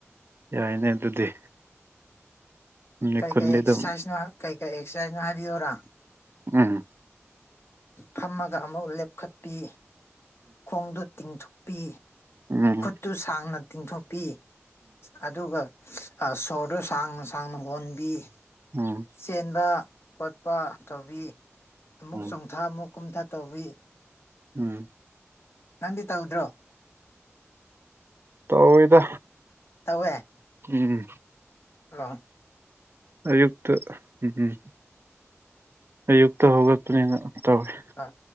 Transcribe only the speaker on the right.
ꯌꯥꯏꯅꯦ ꯑꯗꯨꯗꯤ ꯅꯤꯠ
ꯀꯨꯟꯗꯤ
ꯑꯗꯨꯝ
ꯎꯝ
ꯎꯪ
ꯎꯪ
ꯎꯝ
ꯎꯝ
ꯇꯧꯏꯗ
ꯀꯤꯔꯤ
ꯑꯌꯨꯛꯇ ꯎꯪꯎꯝ ꯑꯌꯨꯛꯇ ꯍꯧꯒꯠꯄꯅꯦꯅ ꯇꯧꯋꯤ